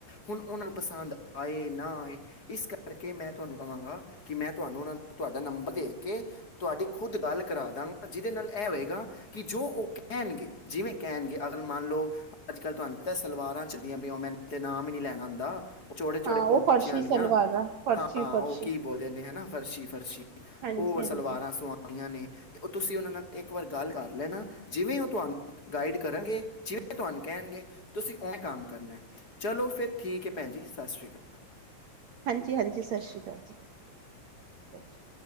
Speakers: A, on the left; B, on the right.
A: ਹੁਣ ਉਹਨਾਂ ਨੂੰ ਪਸੰਦ ਆਏ ਨਾ ਆਏ ਇਸ ਕਰਕੇ ਮੈਂ, ਤੁਹਾਨੂੰ ਕਹਾਂਗਾ। ਕਿ ਮੈਂ ਤੁਹਾਨੂੰ ਉਹਨਾਂ ਨੂੰ ਤੁਹਾਡਾ ਨੰਬਰ ਦੇ ਕੇ ਤੁਹਾਡੀ ਖੁਦ ਗੱਲ ਕਰਾ ਦਾਂਗਾ ਜਿਹਦੇ ਨਾਲ ਇਹ ਹੋਏਗਾ ਕਿ ਜੋ ਉਹ ਕਹਿਣਗੇ, ਜਿਵੇਂ ਕਹਿਣਗੇ ਅਗਰ ਮੰਨ ਲਓ ਅੱਜ ਕੱਲ੍ਹ ਤੁਹਾਨੂੰ ਪਤਾ ਸਲਵਾਰਾਂ ਚੱਲਿਆ ਪਈਆਂ ਉਹ ਮੈਨੂੰ ਤਾਂ ਨਾਮ ਹੀ ਨਹੀਂ ਲੈਣਾ ਆਉਂਦਾ ਉਹ ਚੌੜੇ ਚੋੜੇ
B: ਹਾਂ
A: ਪੁਹੰਚਿਆ
B: ਉਹ ਫਰਸ਼ੀ
A: ਵਾਲੀਆਂ
B: ਸਲਵਾਰਾਂ ਫਰਸ਼ੀ-ਫਰਸ਼ੀ
A: ਹਾਂ ਉਹ ਕੀ ਬੋਲਦੇ ਨੇ ਹਨਾ ਫਰਸ਼ੀ ਫਰਸ਼ੀ
B: ਹਾਂਜੀ-ਹਾਂਜੀ।
A: ਉਹ ਸਲਵਾਰਾਂ ਸ <unintelligible> ਉਹ ਤੁਸੀਂ ਉਹਨਾਂ ਨਾਲ ਇੱਕ ਵਾਰ ਗੱਲ ਕਰ ਲੈਣਾ ਜਿਵੇਂ ਉਹ ਤੁਹਾਨੂੰ ਗਾਈਡ ਕਰਾਂਗੇ ਜਿਵੇਂ ਤੁਹਾਨੂੰ ਕਹਿਣਗੇ ਤੁਸੀਂ ਉਵੇਂ ਕੰਮ ਕਰਨਾ। ਚਲੋ ਫੇਰ ਠੀਕ ਹੈ ਭੈਣ ਜੀ ਸਤਿ ਸ੍ਰੀ ਅਕਾਲ।
B: ਹਾਂਜੀ ਹਾਂਜੀ ਸਤਿ ਸ਼੍ਰੀ ਅਕਾਲ